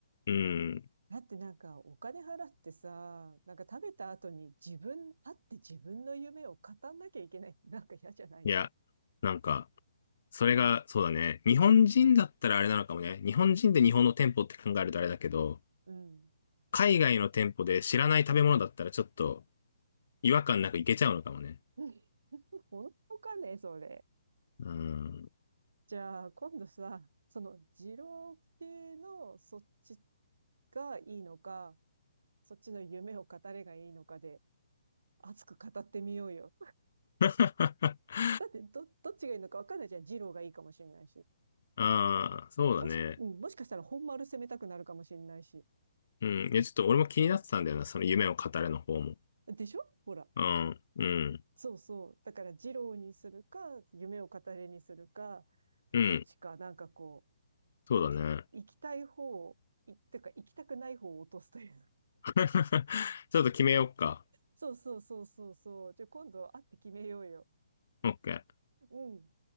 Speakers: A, on the left; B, on the right.
A: うん。
B: だってなんか、お金払ってさ、なんか食べた後に自分、立って自分の夢を語んなきゃいけない。なんか嫌じゃない
A: いや、なんか、それが、そうだね。日本人だったらあれなのかもね。日本人で日本の店舗って考えるとあれだけど、
B: うん。
A: 海外の店舗で知らない食べ物だったらちょっと違和感なくいけちゃうのかもね。
B: <laughs> 本当かね、それ。
A: うん。
B: じゃあ、今度さ、その、二郎系のそっちがいいのか、そっちの夢を語れがいいのかで、熱く語ってみようよ。
A: <laughs>
B: だってど、どっちがいいのか分かんないじゃん。二郎がいいかもしれないし。
A: ああ、そうだね。
B: もし、うんもしかしたら本丸攻めたくなるかもしれないし。
A: うん。いや、ちょっと俺も気になってたんだよな、その夢を語れの方も。
B: でしょほら。
A: うん、うん、
B: そうそう。だから二郎にするか、夢を語れにするか、
A: うん。
B: どっちか、なんかこ
A: そうだね。
B: う、行き、行きたい方を、い、てか行きたくない方を落とすという。
A: <laughs> ちょっと決めようか。
B: そうそうそうそうそう。じゃあ今度会って決めようよ。
A: OK。
B: うん。